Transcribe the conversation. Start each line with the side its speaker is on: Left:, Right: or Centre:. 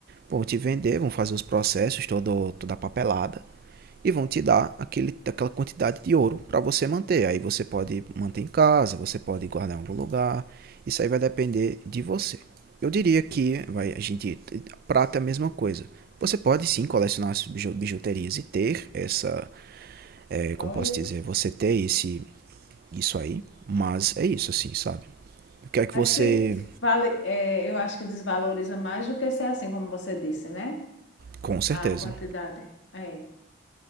Right: vão te vender, vão fazer os processos, todo, toda a papelada e vão te dar aquele, aquela quantidade de ouro para você manter. Aí você pode manter em casa, você pode guardar em algum lugar. Isso aí vai depender de você. Eu diria que vai, a gente prata é a mesma coisa. Você pode sim colecionar bijuterias e ter essa é, como
Left: joias.
Right: posso dizer, você ter esse, isso aí. Mas é isso, assim, sabe? Eu quero que
Left: Mas
Right: você.
Left: se vale, é, eu acho que desvaloriza mais do que ser assim, como você disse, né?
Right: Com certeza.
Left: A quantidade. É,